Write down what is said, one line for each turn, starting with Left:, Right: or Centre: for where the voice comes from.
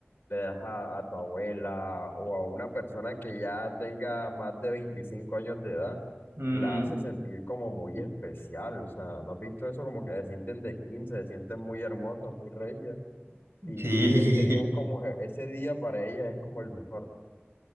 Left: le das a, a tu abuela o a una persona que ya tenga más de 25 años de edad,
Right: Ujú.
Left: la hace sentir como muy especial. O sea, ¿no has visto eso? Como que se sienten de quince se sienten muy hermosas, muy regias. Y
Right: Sí.
Left: ese día es como,
Right: <laughs>
Left: ese día para ellas es como el mejor.